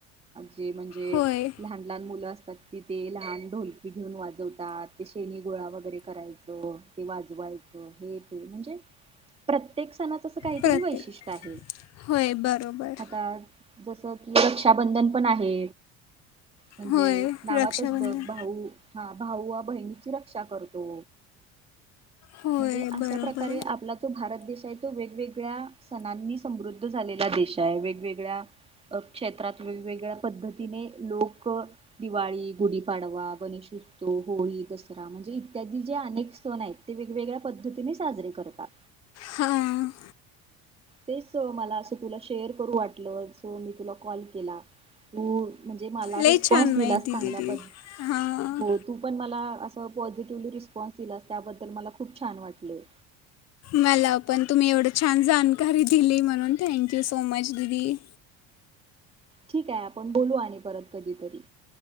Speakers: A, on the right; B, on the left.
A: जे म्हणजे. जे
B: होय
A: लहान लहान मुलं असतात. तिथे लहान ढोलकी घेऊन वाजवतात ते शेणी गोळा वगैरे करायचं ते वाजवायचं हे ते म्हणजे प्रत्येक सणाच अस काहीतरी
B: प्रत्येक
A: वैशिष्ट्य आहे,
B: होय बरोबर
A: आता. जसं की रक्षाबंधन पण आहे. म्हणजे
B: होय
A: नावातच
B: रक्षाबंधन
A: बघ भाऊ हा भाऊ व बहिणीची रक्षा करतो.
B: होय
A: म्हणजे अशा
B: बरोबर
A: प्रकारे आपला जो भारत देश तय तो वेगवेगळ्या सणांनी समृद्ध झालेला देश आहे, वेगवेगळ्या क्षेत्रात वेगवेगळ्या पद्धती तिने लोक दिवाळी, गुढीपाडवा, गणेशोत्सव, होळी, दसरा म्हणजे इत्यादी जे अनेक सण आहेत ते वेगवेगळ्या पद्धतीने साजरे करतात.
B: हा.
A: तेच मला असं तुला शेअर करू वाटलं सो मी तुला कॉल केला, होय. म्हणजे मला
B: लई
A: रिस्पॉन्स
B: छान
A: दिलास
B: माहिती
A: चांगल्या
B: दिली
A: पद्
B: हां
A: हो तू पण मला पॉझिटिव्हली रिस्पॉन्स दिलास त्याबद्दल मला खूप छान वाटले.
B: मला पण तुम्ही एवढं छान जाणकारी दिली म्हणून थँंक यू सो मच दिदी.
A: ठीक आहे आपण बोलू आणि परत कधीतरी.